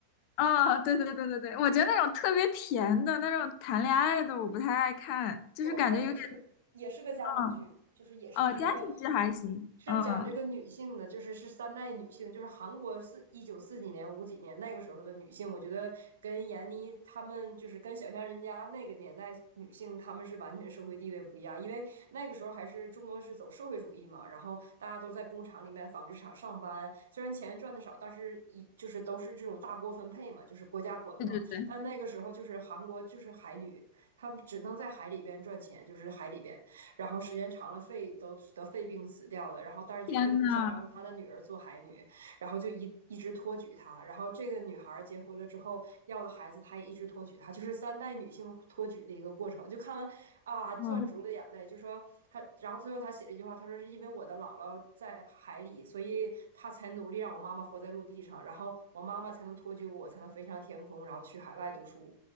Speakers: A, on the left; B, on the right.
A: 哦，对对对对对，我觉得那种特别甜的那种谈恋爱的，我不太爱看，
B: <laughs>
A: 就是感觉有点，
B: 哦，它也是也是个家庭剧，
A: 嗯，
B: 就是也是一个
A: 哦，家庭剧还行。
B: 是讲这个女性的，
A: 嗯，
B: 就是是三代女性，就是韩国四一九四几年、五几年那个时候的女性，我觉得跟闫妮她们就是跟小巷人家那个年代女性，她们是完全社会地位不一样，因为那个时候还是中国是走社会主义嘛，然后大家都在工厂里面、纺织厂上班，虽然钱赚的少，但是一就是都是这种大锅分配嘛，就是国家管嘛。
A: 对对对，
B: 但那个时候就是韩国就是海女，她们只能在海里边赚钱，就是海里边。然后时间长了肺都得肺病死掉了，然后但是他就不想让他的女儿做海女，
A: 天呐，
B: 然后就一一直托举她，然后这个女孩结婚了之后要的孩子，他也一直托举她，就是三代女性托举的一个过程。就看完啊，攥住了眼泪，
A: 嗯，
B: 就说他，然后最后他写了一句话，他说是因为我的姥姥在海里，所以他才努力让我妈妈活在陆地上，然后我妈妈才能托举我，才能飞上天空，然后去海外读书。